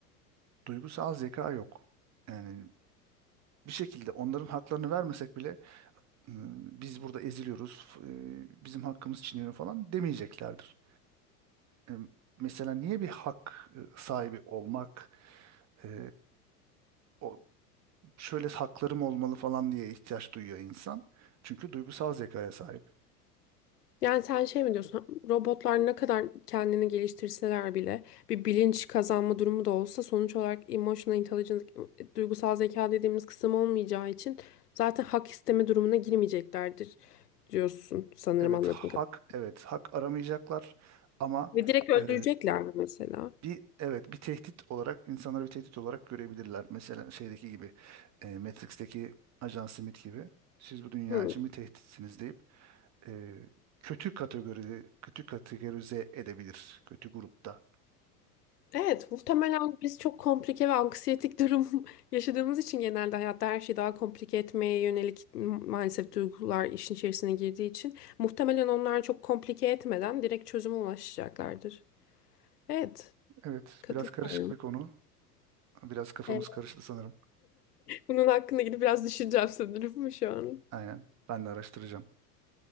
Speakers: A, on the right; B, on the left.
A: duygusal zeka yok. Yani bir şekilde onların haklarını vermesek bile "Hmm, biz burada eziliyoruz, f- e, bizim hakkımız çiğneniyor falan demeyeceklerdir. E, Mesela niye bir hak e, sahibi olmak, e, o şöyle haklarım olmalı falan diye ihtiyaç duyuyor insan. Çünkü duygusal zekaya sahip.
B: Yani sen şey mi diyorsun? Robotlar ne kadar kendini geliştirseler bile bir bilinç kazanma durumu da olsa sonuç olarak emotional intelligence, duygusal zeka dediğimiz kısım olmayacağı için zaten hak isteme durumuna girmeyeceklerdir diyorsun sanırım
A: Evet
B: anladığım
A: hak
B: kadarıyla.
A: evet hak aramayacaklar ama
B: Ve direkt öldürecekler
A: e,
B: mi mesela?
A: bir evet bir tehdit olarak insanları bir tehdit olarak görebilirler. Mesela şeydeki gibi e, Matrix'teki Ajan Smith gibi siz bu dünya
B: Hı.
A: için bir tehditsiniz deyip e, kötü kategoride kötü kategorize edebilir kötü grupta.
B: Evet, muhtemelen biz çok komplike ve anksiyetik durum <laughs> yaşadığımız için genelde hayatta her şeyi daha komplike etmeye yönelik maalesef duygular işin içerisine girdiği için muhtemelen onlar çok komplike etmeden direkt çözüme ulaşacaklardır. Evet,
A: Evet
B: katılıyorum.
A: biraz karışık bir konu. Biraz kafamız
B: Evet,
A: karıştı sanırım.
B: bunun hakkında gidip biraz düşüneceğim sanırım şu an.
A: Aynen ben de araştıracağım.